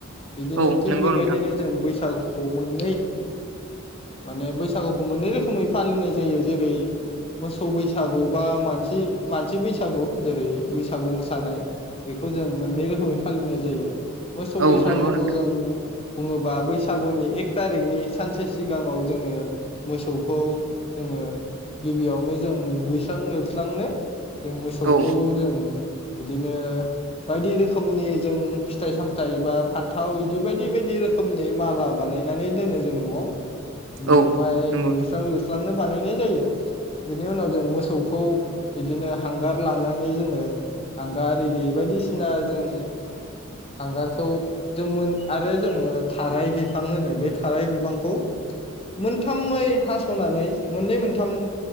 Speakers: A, on the left; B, on the right.
A: बिदिनो
B: औ
A: थिग
B: नंगौ
A: बेबायदिनो
B: नोंथां
A: जों बैसागुखौ मोननै माने बैसागुखौ मोननै रोखोमै फालिनाय जायो जेरै मोसौ बैसागु बा मानसि मानसि बैसागु जेरै। बैसागु मोसानाय बेखौ जों मोननै रोखोमनि फालिनाय जायो मोसौ
B: औ
A: बैसागुखौ
B: नंगौ नोंथां
A: जों बुङोबा बैसागुनि एक थारिकनि सानसे सिगाङाव जोङो मोसौखौ जोङो गिबियावनो जों दुगैस्रां लोबस्रांनो जों मोसौखौ
B: औ
A: जों बिदिनो बायदि रोखोमनि जों फिथाइ सामथायाइ बा फान्थाव बिदि बायदि बायदि रोखोमनि माला बानायनानै दोनो जों न'आव ओमफाय
B: औ नंगौ
A: दुइस्रां लुस्रांनो बानायनाय जायो बेनि उनाव जों मोसौ खौ बिदिनो हांगार लानानै जोङो हांगार इरि बायदिसिना जों हांगारखौ जों मोन आरो जोङो थाराय बिफां होनो बे थाराय बिफांखौ मोनथामै हास'नानै मोननै मोनथाम